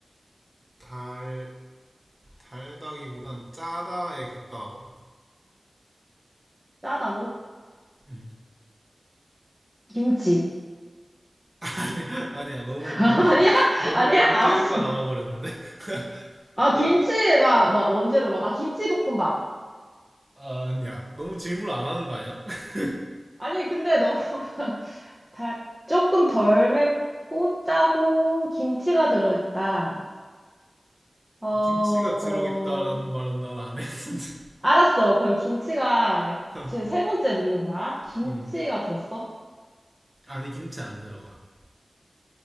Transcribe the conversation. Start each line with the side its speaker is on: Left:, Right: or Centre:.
Right: 달 달다기보단 짜다에 가까워.
Centre: 짜다고?
Right: 음.
Centre: 김치.
Right: <laughs> 아니야 아니야 너무
Centre: <laughs>
Right: 너무
Centre: 아니야?
Right: 너무
Centre: 아니야?
Right: 원재료가
Centre: 알았어.
Right: 나와버렸는데 <laughs>
Centre: 아, 김치가,
Right: 난
Centre: 나 원재료로. 아, 김치볶음밥.
Right: 아, 아니야 너무 질문을 안 하는 거 아니야? <laughs>
Centre: 아니, 근데 너무 <laughs> 달, 조금 덜 맵고 짜고 김치가 들어있다. 어,
Right: 김치가 들어있다라는
Centre: 어,
Right: 말은 난 안 했는데.
Centre: 알았어. 그럼 김치가
Right: <laughs>
Centre: 지금 세 번째 묻는 거야? 김치가
Right: 음.
Centre: 들었어?
Right: 아니 김치 안 들어가.